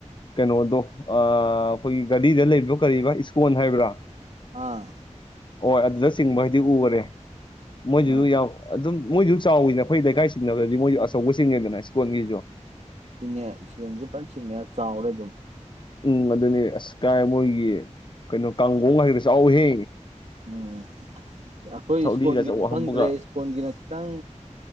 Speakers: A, on the left (about 40°); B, on the right (about 65°).
A: ꯀꯩꯅꯣꯗꯣ ꯑ ꯑꯩꯈꯣꯏꯒꯤ ꯒꯥꯔꯤꯗ ꯂꯩꯔꯤꯕꯕ ꯀꯕꯥ ꯏꯁꯀꯣꯟ ꯍꯥꯏꯕ꯭ꯔꯥ
B: ꯍꯥꯥ
A: ꯍꯣꯏ ꯑꯗꯨꯗ ꯆꯤꯡꯕ ꯍꯥꯏꯗꯤ ꯎꯈꯔꯦ ꯃꯣꯏꯁꯨꯁꯨ
B: ꯑꯥ
A: ꯌꯥꯎ ꯑꯗꯨꯝ ꯃꯣꯏꯁꯨ ꯆꯥꯎꯋꯤꯅ ꯑꯩꯈꯣꯏ ꯂꯩꯀꯥꯏ ꯆꯤꯡꯅꯕꯗꯗꯤ ꯃꯣꯏꯁꯨ ꯑꯆꯧꯕ ꯆꯤꯡꯉꯦꯗꯅ ꯏꯁꯀꯣꯟꯒꯤꯁꯨ
B: ꯆꯤꯡ ꯁꯤꯖ ꯆꯤꯡ ꯆ ꯑꯗꯨ
A: ꯎꯝ ꯑꯗꯨꯅꯤ ꯑꯁ ꯀꯥꯏ ꯃꯣꯏꯒꯤ ꯀꯩꯅꯣ ꯀꯥꯡꯈꯣꯡ ꯍꯥꯏꯒ꯭ꯔꯥ ꯆꯥꯎꯍꯦ
B: ꯎꯝ ꯑꯩꯈꯣꯏ
A: ꯊꯧꯔꯤꯒ
B: ꯁ꯭ꯀꯨꯜꯒꯤꯗꯤ
A: ꯑꯆꯧꯕ
B: ꯈꯪꯗ꯭ꯔꯦ
A: ꯍꯥꯞꯄꯒ
B: ꯏꯁ꯭ꯀꯨꯜꯒꯤꯅ ꯈꯤꯇꯪ